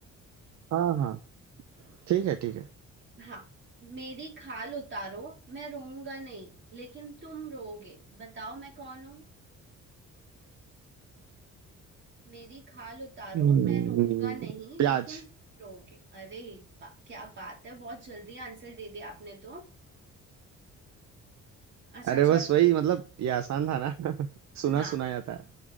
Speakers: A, on the right; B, on the right.
A: हाँ हाँ ठीक है ठीक है
B: <laughs> हाँ मेरी खाल उतारो मैं रोऊंगा नहीं लेकिन तुम रोओगे बताओ मैं कौन हूँ मेरी खाल उतारो
A: हम्म,
B: मैं रोऊंगा नहीं
A: प्याज
B: लेकिन रोओगे अरे बा, क्या बात है बहुत जल्दी आंसर दे दिया आपने तो अच्छा
A: अरे बस
B: चलो
A: वही मतलब ये आसान था ना <laughs> सुना
B: हाँ
A: सुनाया था